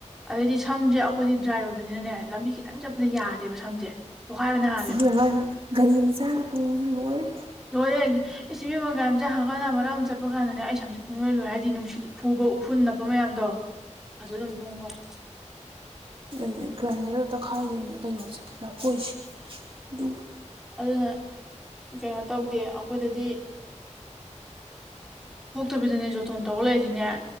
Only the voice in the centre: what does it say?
ꯑꯗꯩꯗꯤ ꯁꯝꯁꯦ ꯑꯩꯈꯣꯏꯗꯤ ꯗ꯭ꯔꯥꯏ ꯑꯣꯏꯕꯅꯤꯅꯅꯦ ꯂꯝꯕꯤ ꯈꯤꯇꯪ ꯆꯠꯄꯗ ꯌꯥꯗꯦꯕ ꯁꯝꯁꯦ ꯄꯣꯛꯈꯥꯏꯕ ꯅꯥꯍꯜꯂꯦꯕ
ꯂꯣꯏꯔꯦ ꯏꯆꯤꯕꯤ ꯃꯪꯒꯥꯏꯝꯆꯥ ꯍꯪꯀꯥꯟꯅ ꯃꯔꯛ ꯑꯃ ꯆꯠꯄ ꯀꯥꯟꯗꯅꯦ ꯑꯩ ꯁꯝꯁꯦ ꯐꯨꯡꯅꯣꯏ ꯂꯣꯏ ꯍꯥꯏꯗꯤ ꯅꯨꯡꯁꯤꯠ ꯐꯨꯕ ꯐꯨ ꯅꯞꯄ ꯃꯌꯥꯝꯗꯣ ꯑꯗꯨ ꯑꯗꯨꯝ ꯄꯨꯡ ꯍꯣꯏ
ꯑꯗꯨꯅ ꯀꯩꯅꯣ ꯇꯧꯗꯦ ꯑꯩꯈꯣꯏꯗꯗꯤ ꯄꯣꯛꯇꯕꯤꯗꯅꯦ ꯖꯣꯇꯣꯟ ꯇꯧꯔ ꯂꯩꯔꯤꯅꯦ